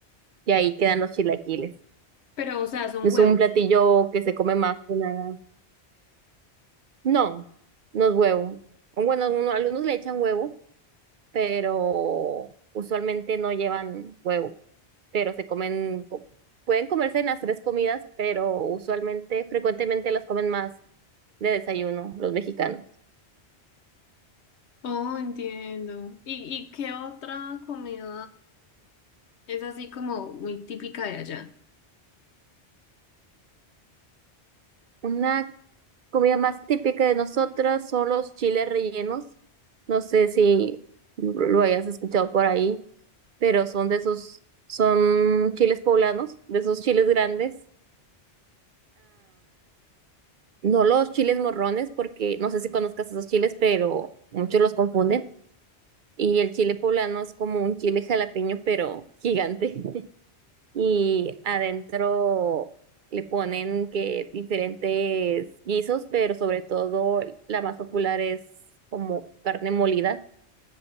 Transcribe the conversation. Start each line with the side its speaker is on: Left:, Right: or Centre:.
Right: y ahí quedan los chilaquiles.
Left: Pero, o sea, son
Right: Es
Left: huevos.
Right: un platillo que se come más que nada. No, no es huevo. Bueno, uno- algunos le echan huevo pero usualmente no llevan huevo, pero se comen, co- pueden comerse en las tres comidas, pero usualmente, frecuentemente las comen más de desayuno los mexicanos.
Left: Oh, entiendo. ¿Y, y qué otra comida es así como muy típica de allá?
Right: Una comida más típica de nosotras son los chiles rellenos. No sé si lo hayas escuchado por ahí, pero son de esos, son chiles poblanos, de esos chiles grandes. No los chiles morrones, porque no sé si conozcas esos chiles, pero muchos los confunden. Y el chile poblano es como un chile jalapeño, pero gigante. <laughs> Y adentro le ponen que diferentes guisos, pero sobre todo la más popular es como carne molida.